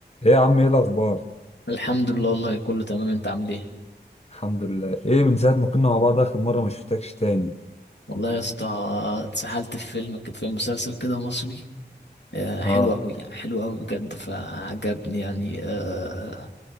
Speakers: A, on the left (about 35°); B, on the left (about 80°).
A: ايه يا عم ايه الاخبار
B: الحمد لله والله كله تمام انت عامل ايه
A: الحمد لله ايه من ساعه ما كنا مع بعض اخر مره ما شفتكش تاني
B: والله يا اسطى اتسحلت في فيلم في مسلسل كده مصري آه، حلو
A: اه
B: قوي يعني حلو قوي بجد فعجبني يعني آه، آه،